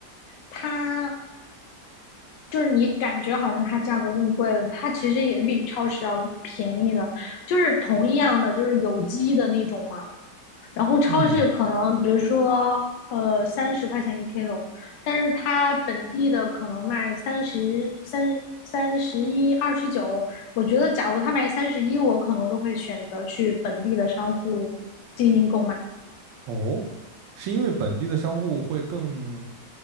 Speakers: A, on the left (about 80°); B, on the right (about 85°).
A: 它就是你感觉好像它价格更贵了，它其实也比超市要便宜的，就是同样的就是有机的那种嘛。然后超市可能比如说呃三十块钱一
B: 嗯，
A: kilo，但是它本地的可能卖三十三三十一二十九，我觉得假如它卖三十一，我可能都会选择去本地的商户进行购买。
B: 哦，是因为本地的商户会更